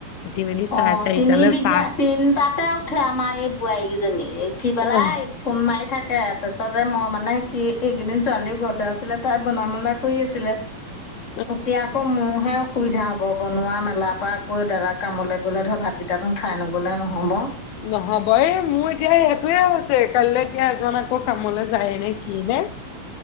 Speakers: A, on the left; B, on the left.
A: উঠি মেলি চাৰে
B: অ
A: চাৰিটালৈ
B: তিনি বিঘা
A: চাহ
B: তিনটাতে উঠে আমাৰ এই বোৱাৰীকেইজনী উঠি পেলাই।
A: অ',
B: ফোন মাৰি থাকে তাৰপিছতে মই মানে কি এইকেইদিন ছোৱালীও ঘৰতে আছিলে তাই বন মলা কৰি আছিলে।
A: <inaudible>
B: এতিয়া আকৌ মোৰহে অসুবিধা হব বনোৱা মেলাৰ পৰা আকৈ দাদা কামলে গলে ধৰ ভাতকেইটা, কিটা নো খাই নগলে নহব।
A: নহব এই মোৰ এতিয়া সেই টোৱে হৈছে কাইলৈ এতিয়া এজন আকৌ কামলৈ যায় নেকি। সি নে